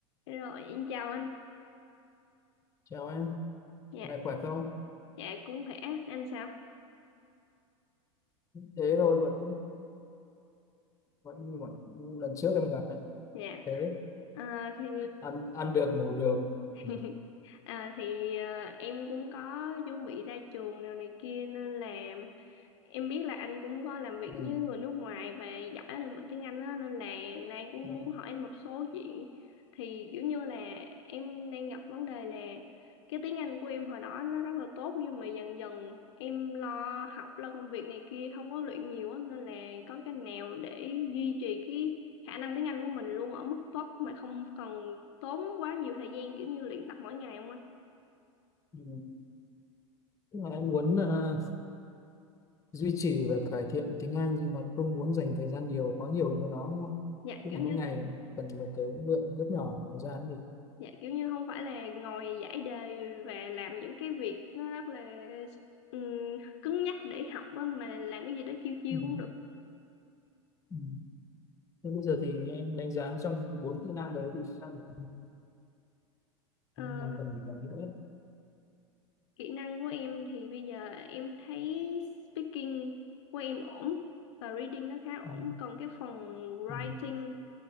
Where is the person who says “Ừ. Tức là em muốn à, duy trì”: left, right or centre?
Left